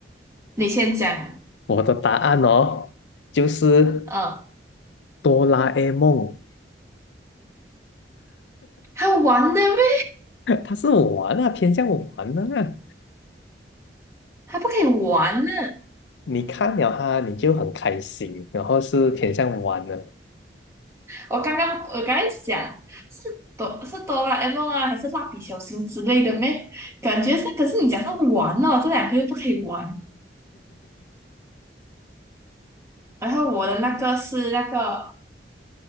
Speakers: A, on the right; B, on the left.
A: 你先讲。
B: 我的答案哦，就是
A: 嗯，
B: 哆啦 A 梦，
A: 还玩的咩？
B: <laughs> 它是玩啊，偏向玩的啊。
A: 还不可以玩呢。
B: 你看了它，你就很开心，然后是偏向玩的。
A: 我刚刚我刚才想是哆是哆啦 A 梦啊，还是蜡笔小新之类的咩？感觉是，可是你讲是玩哦，这两个又不可以玩。然后我的那个是那个